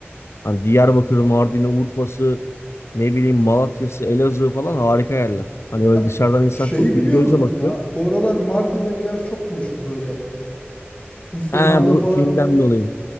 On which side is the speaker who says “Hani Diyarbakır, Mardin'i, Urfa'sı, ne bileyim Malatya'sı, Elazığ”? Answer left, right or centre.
Left